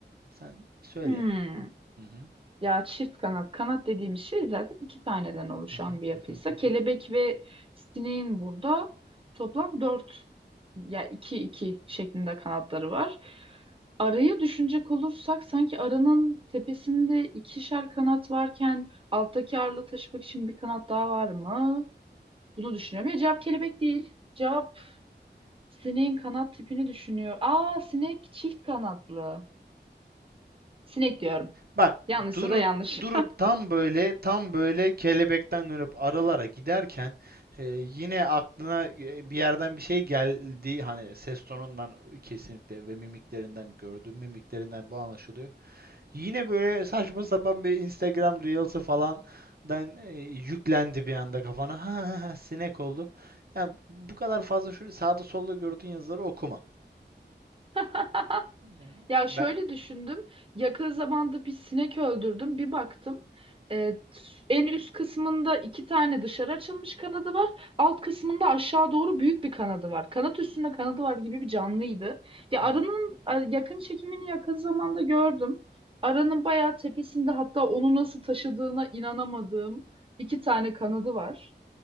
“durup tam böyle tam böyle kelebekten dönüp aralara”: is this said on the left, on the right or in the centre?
Right